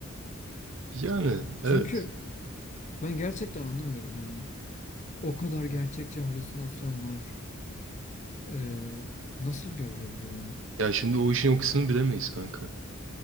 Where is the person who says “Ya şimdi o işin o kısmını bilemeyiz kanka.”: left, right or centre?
Right